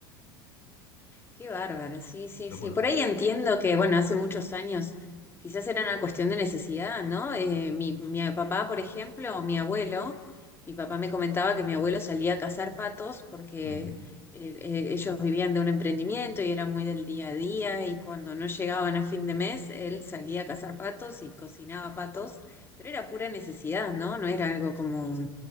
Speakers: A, on the left (about 20°); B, on the left (about 55°).
A: Qué bárbaro, sí, sí,
B: Pero
A: sí.
B: bueno,
A: Por ahí entiendo que, bueno, hace muchos años quizás era una cuestión de necesidad, ¿no? Eh, mi, mi papá, por ejemplo, o mi abuelo, mi papá me comentaba que mi abuelo salía a cazar patos porque
B: mm,
A: eh, eh, ellos vivían de un emprendimiento y eran muy del día a día y cuando no llegaban a fin de mes, él salía a cazar patos y cocinaba patos, pero era pura necesidad, ¿no? No era algo como,